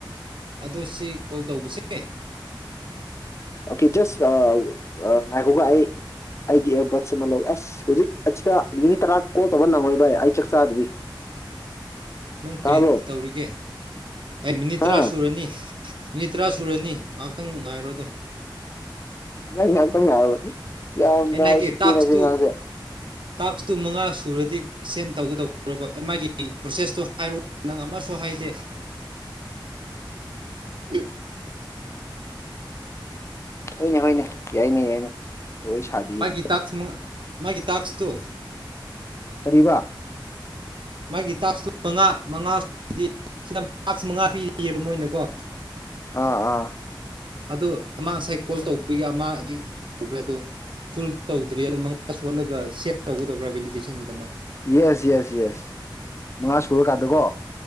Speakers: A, on the right; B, on the left.
A: ꯑꯣ ꯁꯤ ꯀꯣꯜ ꯇꯧꯕꯁꯦ
B: ꯑꯣꯀꯦ ꯖꯁ ꯉꯥꯏꯈꯧꯒ ꯑꯩ ꯑꯩꯒꯤ ꯑꯦꯌꯥꯔꯕꯠꯁ ꯑꯃ ꯂꯧ ꯑꯁ ꯍꯧꯖꯤꯛ ꯑꯁꯤꯗ ꯃꯤꯅꯤꯠ ꯇꯔꯥ ꯀꯣꯜ ꯇꯧꯕ ꯅꯪꯉꯣꯏ ꯥꯏ ꯑꯩ ꯆꯥꯛ ꯆꯥꯗ꯭ꯔꯤ
A: ꯅꯪ ꯀꯔꯤ
B: ꯇꯥꯕ꯭ꯔꯣ
A: ꯇꯧꯔꯤꯒꯦ ꯑꯩ ꯃꯤꯅꯤꯠ
B: ꯍꯥ
A: ꯇꯔꯥ ꯁꯨꯔꯅꯤ ꯃꯤꯅꯤꯠ ꯇꯔꯥ ꯁꯨꯔꯅꯤ ꯉꯥꯏꯍꯥꯛꯇꯪ ꯉꯥꯏꯔꯣ ꯑꯗꯨꯝ
B: ꯅ ꯉꯇ ꯉ ꯌꯥꯝꯃꯦ
A: ꯑꯩꯅ ꯍꯥꯏꯒꯦ
B: ꯍꯧ ꯁꯤ
A: ꯇꯥꯛꯁꯇꯨ
B: ꯇꯤꯟꯅꯁꯤ ꯉꯥꯡꯁꯦ
A: ꯇꯥꯛꯁꯇꯨ ꯃꯉꯥ ꯁꯨꯔꯗꯤ ꯁꯦꯟ ꯇꯧꯒꯗꯔꯕ ꯃꯥꯒꯤ ꯄ꯭ꯔꯣꯁꯦꯁꯇꯣ ꯍꯥꯏꯔ ꯅꯪ ꯑꯃꯁꯨ ꯍꯥꯏꯗꯦ ꯌꯦ
B: ꯍꯣꯏꯅꯦ ꯍꯣꯏꯅꯦ ꯌꯥꯏꯅꯦ ꯌꯥꯏꯅꯦ ꯑꯣꯏꯔꯤ ꯁꯕꯤꯅꯦ
A: ꯃꯥꯒꯤ
B: ꯁꯤ
A: ꯇꯥꯛꯁ ꯃꯥꯒꯤ ꯇꯥꯛꯁꯇꯣ
B: ꯀꯕꯥ
A: ꯃꯥꯒꯤ ꯇꯥꯛꯁꯇꯨ ꯃꯉꯥ ꯃꯉꯥ ꯁꯤꯗ ꯇꯥꯛꯁ ꯃꯉꯥ ꯄꯤꯔꯤꯑꯕ ꯃꯣꯏꯅꯀꯣ
B: ꯑꯥ ꯑꯥ
A: ꯑꯗ ꯑꯃ ꯉꯁꯥꯏ ꯀꯣꯜ ꯇꯧꯕꯒꯤ ꯑꯃ ꯇꯧꯈ꯭ꯔꯦ ꯑꯣ ꯐꯨꯜ ꯇꯧꯗ꯭ꯔꯤ ꯑ ꯃꯉꯥ ꯁꯣꯍꯜꯂꯒ ꯁꯦꯞ ꯇꯧꯒꯗꯧꯕ꯭ꯔꯥ ꯚꯦꯂꯤꯗꯦꯁꯟꯒꯤꯗꯃꯛ
B: ꯌꯦꯁ ꯌꯦꯁ ꯌꯦꯁ ꯃꯉꯥ ꯁꯨꯔꯀꯥꯟꯗꯀꯣ